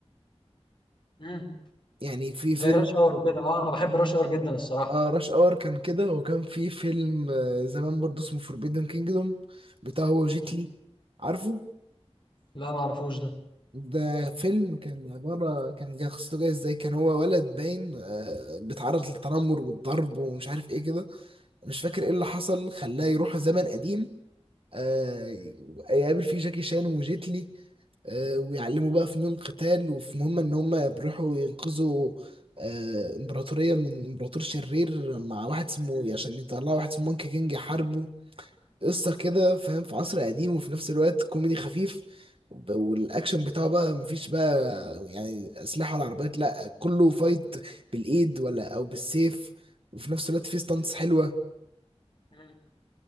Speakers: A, on the left (about 50°); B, on the right (about 55°).
A: مم.
B: يعني في فيلم
A: زي راش اور وكده اه أنا بحب راش اور جدا الصراحة
B: اه راش اور كان كده وكان في فيلم آه، زمان برضه اسمه فوربيدن كينجدوم بتاع هو جيتلي
A: مم.
B: عارفه
A: لا ما أعرفوش ده
B: ده فيلم كان عبارة كان جا- قصته جاية ازاي كان هو ولد باين آه، بيتعرض للتنمر والضرب ومش عارف ايه كده مش فاكر ايه اللي حصل خلاه يروح زمن قديم آه، يقابل فيه جاكي شان وجيتلي آه، ويعلموا بقى فنون قتال وفي مهمة ان هم بيروحوا ينقذوا آه، امبراطورية من امبراطور شرير مع واحد اسمه
A: مم.
B: إيه عشان يطلعوا واحد اسمه مونكي كينج يحاربه قصة كده فاهم في عصر قديم وفي نفس الوقت كوميدي خفيف وب- والاكشن بتاعه بقى مفيش بقى يعني اسلحة ولا عربيات لا كله فايت بالايد ولا او بالسيف وفي نفس الوقت فيه ستانتس حلوة
A: مم.